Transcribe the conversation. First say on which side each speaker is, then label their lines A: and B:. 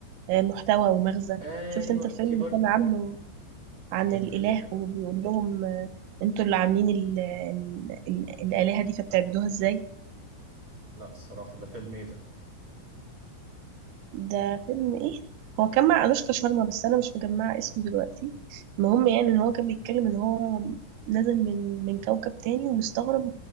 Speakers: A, on the right; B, on the right.
A: آه، محتوى ومغزى
B: ايوه
A: شفت انت الفيلم
B: في
A: اللي
B: بر
A: كان عامله عن
B: كان
A: الاله
B: فيلم إيه؟
A: وبيقول لهم آه، انتوا اللي عاملين ال- ال- ال- الالهه دي فبتعبدوها ازاي
B: لا الصراحة ده فيلم ايه
A: ده فيلم ايه هو كان مع أنوشكا شارما بس انا مش مجمعه اسمه دلوقتي المهم يعني ان هو كان بيتكلم ان هو نازل من من كوكب تاني ومستغرب